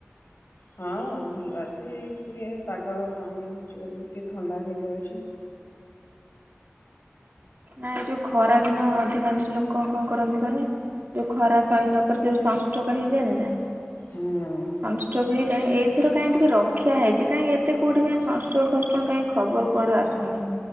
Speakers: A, on the left; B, on the right.
A: ହଁ ଭଲ ଅଛି। ଏଇ ଟିକେ ପାଗ ଇଏ ହଉଛି ଟିକେ ଥଣ୍ଡା ହେଇଯାଉଛି।
B: ନାଇ ଯୋଉ ଖରା ଦିନ ଅଧିକାଂଶ ଲୋକ କଣ କରନ୍ତି କହନି ଯୋଉ ଖରା ସାହି ନ ପାରି ଯୋଉ ଷ୍ଟକ ହେଇଯାଏନି ନା।
A: ହେଇଯାଉଛି।
B: ସଂସ୍ତ୍ରକ୍ ହେଇଯାଁ ଏଇ ଏର କାହିଁ ଟିକେ ରକ୍ଷା ହେଇଛି କାହିଁ ଏତେ କୋଉଠି କାଁ ସଂଷ୍ଟ ଖଷ୍ଟ କାଇଁ ଖବର କୁଆଡୁ ଆସୁନି।